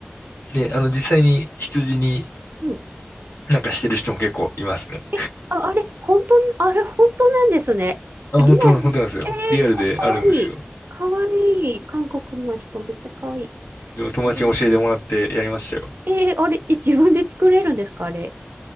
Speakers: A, on the left; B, on the right.
A: で、
B: あ、
A: あの、実際に羊に
B: うん。
A: なんかしてる人も結構いますね。
B: えあ、あれ、本当、あれ、本当なんですね。
A: あ、
B: リアル。
A: 本当、本当なんですよ。
B: えー、
A: リアルであるんですよ。
B: か、かわいい。かわいい。韓国の人、めっちゃかわいい。
A: でも友達に教えてもらってやりましたよ。
B: えーえーあれ、え自分で作れるんですか、あれ。